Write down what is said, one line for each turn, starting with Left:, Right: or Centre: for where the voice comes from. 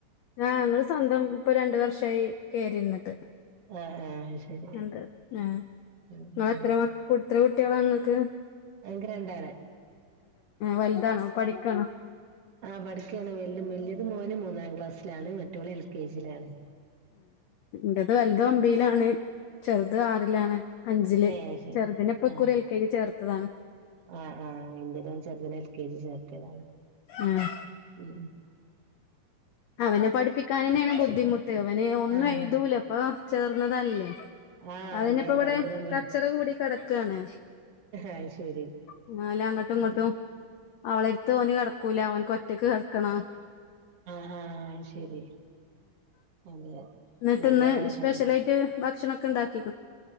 Left: ആ ഞങ്ങള് സ്വന്തം ഇപ്പൊ രണ്ട്‌വർഷമായി കേയറിരുന്നിട്ട്
Right: ആ ആ ശരി
Left: എന്ത് ആ
Right: ഉം
Left: ഇങ്ങക്ക്എത്രത്ര
Right: ഉം
Left: കുട്ടികളാ ഇങ്ങക്ക്
Right: ഇങ്ങക്ക്‌രണ്ടാള്
Left: വലുതാണോ പഠിക്കാണോ
Right: ആ പഠിക്കാണ് വെല്ലയത്‌മോൻ മൂന്നാം ക്ലാ എഴാം ക്ലാസ്സിലാണ് മറ്റോള് എൽ കെ ജിയിലാണ്
Left: ഇറ്റത് വലുത് ഒമ്പിയിലാണ് ചെറുത് ആറിലാണ് അഞ്ചില്
Right: ഏ ഏ ശരി
Left: ചെറുതിനെപ്പൊ ഇകുറി
Right: ആ
Left: എൽ കെ ജി ചേർത്തതാണ്
Right: ആഹ് ആഹ എന്റത്ചേർ തിനെ എൽ കെ ജി ചേർത്തിതാണ്
Left: ആഹ്
Right: ഉ
Left: അവനെ പഠിപ്പിക്കൻ തന്നെയാണ് ബുദ്ധിമുട്ട് അവന് ഒന്നും
Right: ആഹ്
Left: എഴുതുല ഇപ്പൊ ചേർന്നതല്ലേ
Right: ആഹ്
Left: അതിനിപ്പോ
Right: അതെ
Left: ഇവിടെ
Right: ഭയങ്കര മ
Left: കച്ചറ കൂടി കിടക്കയാണ്
Right: അത് ശരി
Left: എന്നല്ല അങ്ങോട്ടും ഇങ്ങോട്ടും
Right: അതെ
Left: അവളെരുത്ത് അവന് കിടക്കൂല അവൻ ഒറ്റക്ക് കിടക്കണ
Right: ആഹ ശരി അതെ
Left: എന്നിട്ട്
Right: ഇവിടേം
Left: ഇന്ന്
Right: അങ്ങനെ
Left: സ്പെഷ്യല
Right: തന്നെ
Left: ആയിട്ട് ഭക്ഷണണം ഒക്കെ ഇണ്ടാക്കി